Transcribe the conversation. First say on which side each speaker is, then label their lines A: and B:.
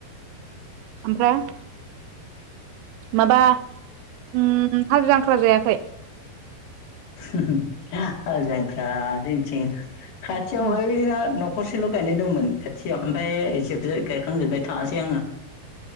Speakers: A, on the right; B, on the left.
A: ओमफ्राय माबा उम हाल जांख्रा जायाखै?
B: <unintelligible> हाल जांख्रा जोंथि खाथियाव
A: उम
B: ओइ हा नख खरसेल गायनाय दंमोन खाथियाव ओमफ्राय जोब गायखांजोब्बाय थांङासै आंङो